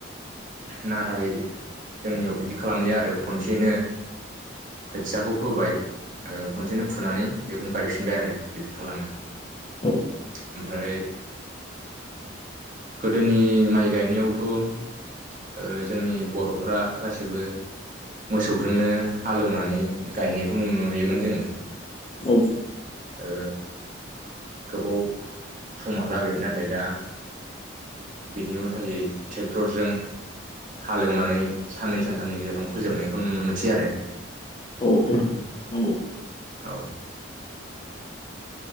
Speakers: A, on the right; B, on the left.
A: नाथाय जोंनियाव बिदि खालामलिया आरो खनसेनो खोथियाखौ फोबाय ओ खनसेनो फुनानै बेखौनो गायफिनबाय आरो बिदि खालामो
B: औ
A: ओमफ्राय गोदोनि माइ गायनायावथ' ओ जोंनि बर'फ्रा गासिबो मोसौजोंनो हालेवनानै गायनायखौ नुयोमोन जोङो
B: औ
A: ओ गोबाव समहा लागै नाथाय दा बेनि उलथायै ट्रेक्टरजों हालेवनानै साननै सानथामनि गेजेरावनो फोजोबनायखौ नुनो मोनसै आरो
B: औ औ
A: औ